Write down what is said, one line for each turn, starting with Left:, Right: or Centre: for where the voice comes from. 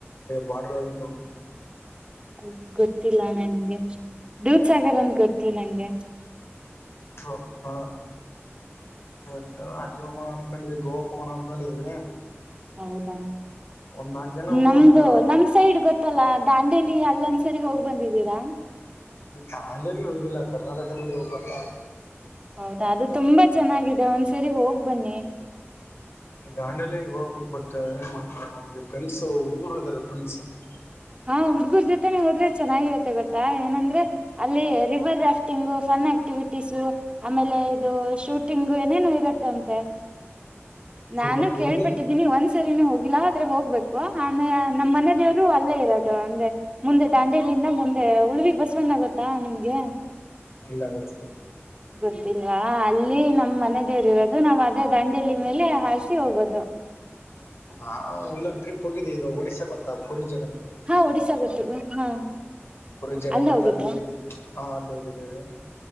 Left: ಬಾರ್ಡರ್ ಆಐ
Right: ಅ ಗೊತ್ತಿಲ್ಲ ನನ್ಗೆ ದೂದ ಸಾಗರ್ ಅಂದ ಗೊತ್ತವಿ ನಂಗೆ
Left: ಹ ಹಾ ದೂಸ ಅಲ್ಲಿ ಹೋಗೋಣ ಅನ್ಕೊಂಡಿದವಿ ಗೋ ಕ ಹೋಗೋಣ ಅನ್ಕೊಂಡಿದ್ವಿ
Right: ಹೌದಾ
Left: ಒಂದ್ ನಾಕ್ ಜನ ಹೂ
Right: ನಮ್ದು
Left: ಅಂದ್ರು
Right: ನಮ್ ಸೈಡ್ ಗೊತ್ತಲ್ಲ ದಾಂಡೇಲಿ ಅಲ್ಲೊಂದ್ಸರಿ ಹೋಗ್ ಬಂದಿದ್ದೀರಾ
Left: ದಾಂಡೇಲಿ ಹೋಗಿಲ್ಲ ಕರ್ನಾಟಕ ಧ <unintelligible>
Right: ಹೌದಾ ಅದು ತುಂಬಾ ಚೆನ್ನಾಗಿದೆ ಒಂದ್ಸರಿ ಹೋಗ್ ಬನ್ನಿ
Left: ಗಾಂಡಲಿಲ್ಲಿ ಹೋಗ್ಬುಕ್ ಬಟ್ಟು ೆ ಪೈಸ <unintelligible> ಉರುಮಾಗದಾರೆಪ್ಪಸ <unintelligible>
Right: ಹಾ ಹುಡ್ಗೂರ್ ಜೊತೆನೆೇ ಹೋದ್ರೆ ಚೆನ್ನಾಗಿರತ್ತೆ ಗೊಾ ಏನಂದ್ರೆ ಅಲ್ಲಿ ರಿವರ್ ರಾಫ್ಟಿಂಗ್ ಫನ್ ಆಕ್ಟಿವಿಟಿ ಿಸು ಆಮೇಲೆ ಇದು ಶೂಟಿಂಗ್ ಏನೇನು ಇರುತ್ತೆ ಅಂತ ತ್ತ
Left: ಇದು
Right: ನಾನು
Left: ಬಟ್
Right: ಕೇಳ್ಪಟ್ಟಿದ್ದೀನಿ
Left: ಹುಡುಗಿ
Right: ಒಂದ್ಸರಿನ ಹೋಗಿ ಲ್ಲ ಆದ್ರೆ ಹೋಗ್ಬೇಕು ಆ ನಮ್ಮ್ ಮನೆ ದೇವ್ರು ಅಲ್ಲೇ ಇ ಅದು ಅಂದ್ರೆ ಮುಂದೆ ದಾಂಡಿಯಲಿಂದ ಮುಂದೆ ಉಳಿವಿ ಬಸ್ವನ್ನ ಗೊತ್ತಾ ನಿಮ್ಗೆ
Left: ಎಲ್ಲ ಬಕ
Right: ಗೊತ್ತಿಲ್ವಾ ಅಲ್ಲಿ ನಮ್ಮ್ ಮನೆ ೇ ಇರೋದು ನಾವ್ ಅದೇ ದಂಡೇಲಿ ಮೇಲೆ ಹಸಿ ಹೋಗೋದು
Left: ನಾ ಇಲ್ಲ ಟ್ರಿಪ್ ಹೋಗಿದ್ದೀ ಇದು ಒಡಿಸಶಾ ಗೊತ್ತಾ ಪೂರ್ಜ
Right: ಹಾ ಒಡಿಸ್ಾ ಗೊತ್ತು ಹಾ
Left: ಪುರಿ ಜಗನ್ನಾಥ್
Right: ಅಲ್ಲೇ ಹೋಗಿದ್ರಾ
Left: ಅಲ್ಲಿ ಹೋಗಿದ್ದೀ ಹಾ ಅಲ್ಲಿ ಹೋಗಿದ್ದೀವಿ